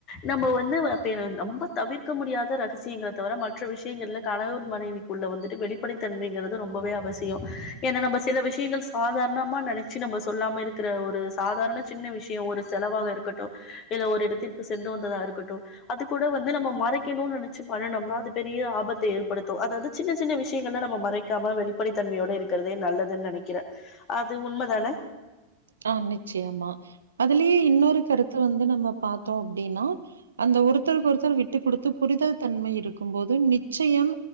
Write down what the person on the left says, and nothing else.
நம்ப வந்து வார்த்தைய ரொம்ப தவிர்க்க முடியாத ரகசியங்கள தவிர மற்ற விஷயங்கள்ல கணவர் மனைவி குள்ள வந்துட்டு வெளிப்படைத் தன்மைங்கிறது ரொம்பவே அவசியோ ஏன்னா நம்ப சில விஷயங்கள் சாதாரணமா நினைச்சு நம்ம சொல்லாம இருக்கிற ஒரு சாதாரண சின்ன விஷயோ ஒரு செலவாக இருக்கட்டு இல்ல ஒரு இடத்திற்கு சென்று வந்ததா இருக்கட்டும் அது கூட வந்து நம்ம மறைக்கணு நினைச்சு பண்ணுனோம்னா அது பெரிய ஆபத்த ஏற்படுத்தும் அதாது சின்ன சின்ன விஷயங்கள்லா நம்ம மறைக்காம வெளிப்படைத்தன்மையோட இருக் குறதே நல்லதுன்னு நினைக்கிறே அது உண்மைதானே